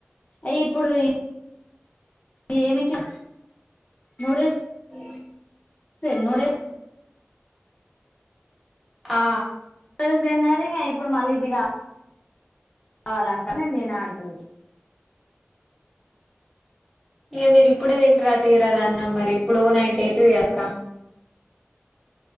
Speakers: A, on the left (about 35°); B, in the centre.
A: అ ఇప్పుడు ఏమి చ న్యూ డేస్
B: అవును
A: <unintelligible>
B: ఆ
A: పేరెంట్స్ డే అన్నారు ఇంగ ఇప్పుడు మళ్ళీ ఇవి కా కావాలంట నేన్దినా అంటుంది
B: ఇగ మీరు ఇప్పుడే తింటరా తీయరాదు అన్నం మరి ఎప్పుడో నైట్ అయితదిగ అక్క